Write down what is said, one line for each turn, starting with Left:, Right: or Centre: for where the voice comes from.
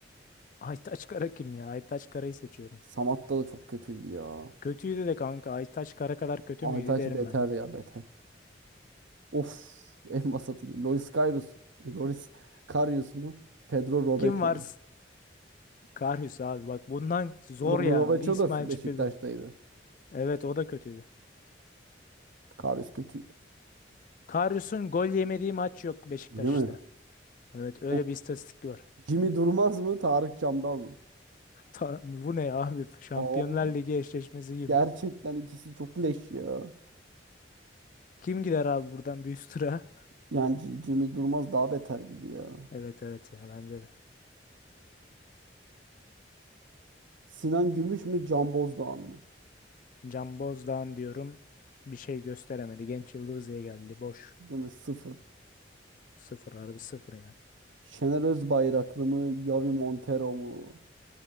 Left: <laughs> Aytaç Kara kim ya? Aytaç Kara'yı seçiyorum.
Right: Samatta da çok kötüydü ya.
Left: Kötüydü de kanka. Aytaç Kara kadar kötü
Right: Aytaç
Left: müydü derim
Right: beter
Left: ben ya.
Right: ya beter. Of <laughs> en vasatı. Loris Karius, Loris Karius mu? Pedro Robeco
Left: Kim var?
Right: mu?
Left: Karius abi. Bak bundan zor
Right: Rob
Left: yani.
Right: Robeco
Left: Bir İsmail
Right: da Beşiktaş'taydı.
Left: Çipe bu. Evet o da kötüydü.
Right: Karius kötü.
Left: Karius'un gol yemediği maç yok Beşiktaş'ta.
Right: Değil mi?
Left: Evet öyle
Right: O
Left: bir istatistik var.
Right: Jimmy Durmaz mı? Tarık Çamdal mı?
Left: <laughs> Ta- bu ne abi? Şampiyonlar
Right: Abi
Left: Ligi eşleşmesi gibi.
Right: gerçekten ikisi çok leş ya.
Left: Kim gider abi buradan büyük tura?
Right: Yani C- Jimmy Durmaz daha beter gibi ya.
Left: Evet evet ya bence de.
Right: Sinan Gümüş mü? Can Bozdoğan mı?
Left: Can Bozdağ'ın diyorum bir şey gösteremedi. Genç Yıldız'ya geldi. Boş.
Right: Değil mi? Sıfır.
Left: Sıfır harbi sıfır yani.
Right: Şener Özbayraklı mı? Yavi Montero mu?